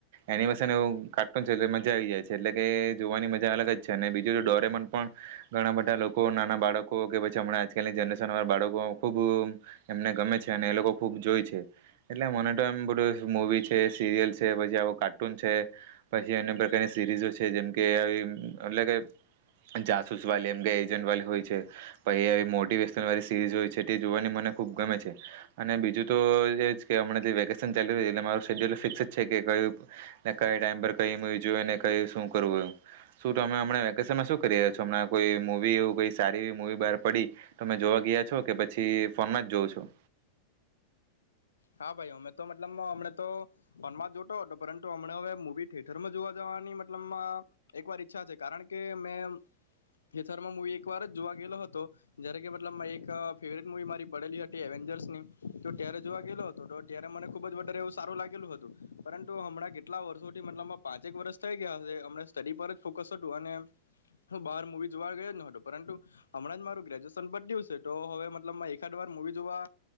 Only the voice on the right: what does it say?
એની વસે એવું કાર્ટૂન છે મજા આવી જાય છે એટલે કે જોવાની મજા અલગ જ છે અને બીજું ડોરેમન પણ ઘણા બધા લોકો નાના બાળકો કે પછી હમણાં આજકાલની જનરેશન વાળા બાળકો. ખૂબ એમને ગમે છે અને એ લોકો ખૂબ જોય છે એટલે મને તો એમ બધું મૂવી છે સિરિયલ છે પછી આવો કાર્ટૂન છે પછી અન્ય પ્રકારની સિરીઝો છે જેમકે આવી એટલે કે જાસૂસ વાલી એમ કે એજન્ટ વાલી હોય છે પછી આવી મોટિવેશનલ વાળી સિરીઝ હોય છે. તે જોવાની મને ખૂબ ગમે છે અને બીજું તો એ જ કે હમણાં જે વેકેશન ચાલી રહ્યું છે એટલે મારું શેડ્યુલ ફિક્સ છે કે કયું ક ટાઈમ પર કઈ મુવી જોયું ને કયું શું કરવું એ શું તો અમે હમં વેકેશનમાં શું કરી રહ્યા છો હમણાં કોઈ મૂવી એવું કોઈ સારી એવી મવી બહાર પડી તો અમે જોવા ગયા છો કે પછી. પછી ફોનમાં જ જોઉં છું.